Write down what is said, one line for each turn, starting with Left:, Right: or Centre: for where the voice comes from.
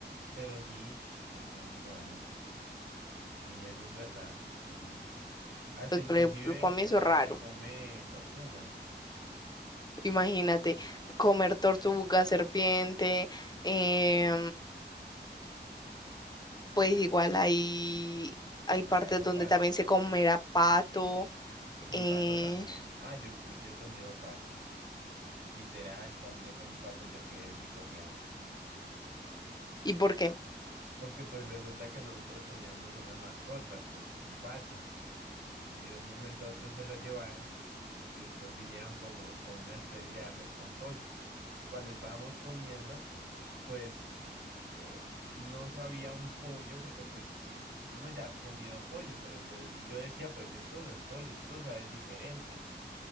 Right: pero sí se come iguana. Sí, eso es verdad, sí, sí. Hasta
Left: Pues
Right: inclusive
Left: por ejemplo, para mí eso es raro.
Right: eh, se come tortuga,
Left: Imagínate, comer tortuga, serpiente, em, pues igual hay, hay
Right: como
Left: partes
Right: que algo
Left: donde
Right: pasa.
Left: también se comerá pato.
Right: Sí,
Left: eh,
Right: pato también. Ah, yo, yo he comido pato. Literal, cuando yo comí pato yo quedé psicoseado.
Left: ¿y por qué?
Right: Porque pues resulta que nosotros teníamos una mascota, pues un pato. Y de un momento a otro se lo llevaron y después vinieron como con una especie de arroz con pollo. Y cuando estábamos comiendo, pues eh, no sabía un pollo porque pues eh, uno ya ha comido pollo, pero yo, yo decía pues esto no es pollo, esto sabe diferente.